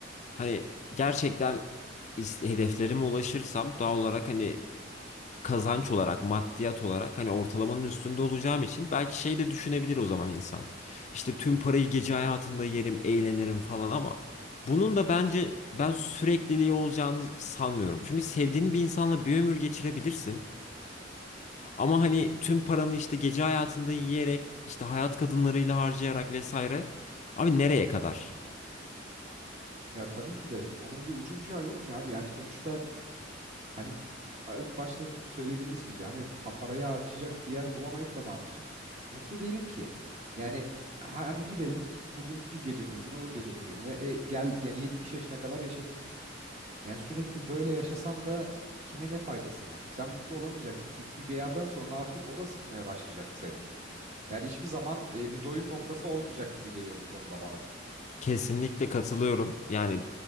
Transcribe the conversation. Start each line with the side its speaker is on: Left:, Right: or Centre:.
Left: Hani gerçekten is- hedeflerime ulaşırsam doğal olarak hani kazanç olarak, maddiyat olarak hani ortalamanın üstünde olacağım için belki şey de düşünebilir o zaman insan. İşte tüm parayı gece hayatında yerim, eğlenirim falan ama bunun da bence ben sürekliliği olacağını sanmıyorum. Çünkü sevdiğin bir insanla bir ömür geçirebilirsin. Ama hani tüm paranı işte gece hayatında yiyerek, işte hayat kadınlarıyla harcayarak vesaire. Abi nereye kadar?
Right: Ya tabii ki de onun bir ucu bucağı yok ki abi. Yani sonuçta hani a- ilk başta söylediğimiz gibi hani ha, parayı harcayacak bir yer bulamayıp da ne yapacağım? Mutlu değilim ki. Yani hadi gidelim bugün bir gece kulübüne o gece kulübüne. E, gel yani 70 yaşına kadar yaşadığını düşün. Yani sürekli böyle yaşasan da kime ne faydası var? Sen mutlu olamayacaksın. Çünkü bir yerden sonra artık o da sıkmaya başlayacak seni. Yani hiçbir zaman e, bir doyum noktası olmayacak gibi geliyor bu konuda bana.
Left: Kesinlikle katılıyorum. Yani